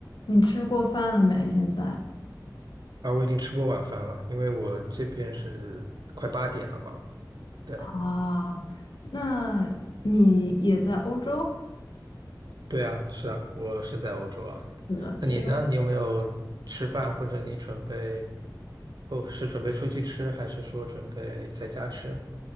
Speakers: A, on the left; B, on the right.
A: 你吃过饭了没？现在
B: 啊，我已经吃过晚饭了，因为我这边是快八点了嘛。对，
A: 啊，那你也在欧洲？
B: 对啊，是啊，我是在欧洲啊。
A: 是的，
B: 那你呢？
A: 因为
B: 你有没有吃饭，或者你准备，哦，是准备出去吃，还是说准备在家吃？